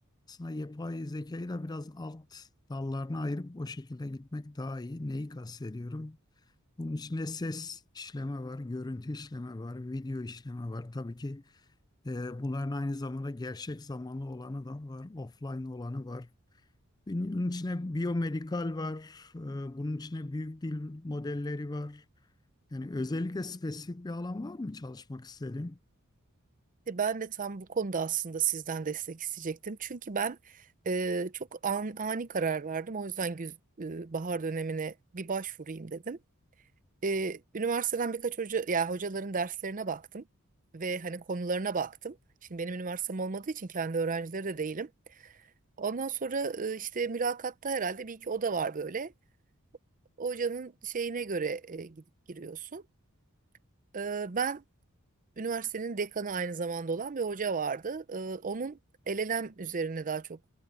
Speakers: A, on the left; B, on the right.
A: Aslında yapay zekayı da biraz alt dallarına ayırıp o şekilde gitmek daha iyi. Neyi kastediyorum? Bunun içinde ses işleme var, görüntü işleme var, video işleme var. Tabii ki e, bunların aynı zamanda gerçek zamanlı olanı da var, offline olanı var. Bunun içine biyomedikal var, e, bunun içine büyük dil modelleri var. Yani özellikle spesifik bir alan var mı çalışmak istediğin?
B: De Ben de tam bu konuda aslında sizden destek isteyecektim. Çünkü ben e, çok an- ani karar verdim. O yüzden güz- e, bahar dönemine bir başvurayım dedim. E, üniversiteden birkaç hoca, ya hocaların derslerine baktım ve hani konularına baktım. Şimdi benim üniversitem olmadığı için kendi öğrencileri de değilim. Ondan sonra e, işte mülakatta herhalde bir iki oda var böyle. Hocanın şeyine göre e, gidip giriyorsun. E, ben Üniversitenin dekanı aynı zamanda olan bir hoca vardı. Ee, onun LLM üzerine daha çok,